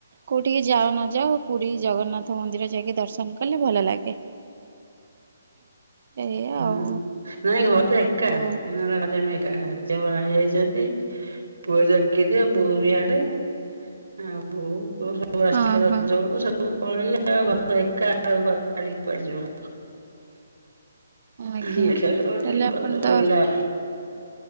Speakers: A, on the right; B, on the right.
A: କୋଉଠିକି ଯାଅ ନ ଯାଅ ପୁରୀ। ଜଗନ୍ନାଥ ମନ୍ଦିର ଯାଇକି ଦର୍ଶନ କଲେ ଭଲ ଲାଗେ ଏଇଆ ଆଉ।
B: ହଁ ନାଇଁ ଘରେ ତ ଏକା
A: ଓ
B: ଘରେ ମି ଏକା। ଝିଅ ବାହାହେଇ ଯାଇଛନ୍ତି ପୁଅ ଚାକିରିରେ ବୋହୁ ବି ହାଡେ। ଆଉ ବୋହୁ ପୁଅ ସବୁ। ସବୁ ଆସିଥିଲେ
A: ହଁ
B: ରଜ
A: ହଁ।
B: ବେଳକୁ ସବୁ ପଳେଇଲେ ଆଉ ଘରେ ତ ଏକା ଆଉ ଘର ଛାଡିକି କୁଆଡେ ଯିବା।
A: ଆଜ୍ଞା
B: ଦେଖିବା କେତେବେଳେ
A: ତାହେଲେ
B: ଟିକେ ଯିବା
A: ଆପଣ
B: କୁଆଡ଼େ
A: ତ
B: ବୁଇଲା।